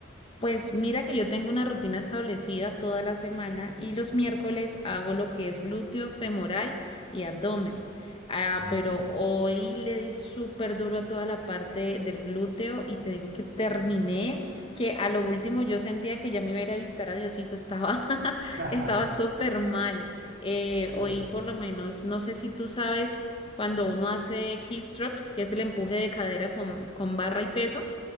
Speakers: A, on the left; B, on the right.
A: Pues mira que yo tengo una rutina establecida toda la semana y los miércoles hago lo que es glúteo, femoral y abdomen. Ah,
B: Mm.
A: pero hoy le di súper duro a toda la parte del glúteo y te digo que terminé, que a lo último yo sentía que ya me iba a ir a visitar a Diosito, estaba, <laughs>
B: <laughs>
A: estaba súper mal. Eh,
B: Claro.
A: hoy por lo menos, no sé si tú sabes, cuando uno hace hip thrust, que es el empuje de cadera con, con barra y peso.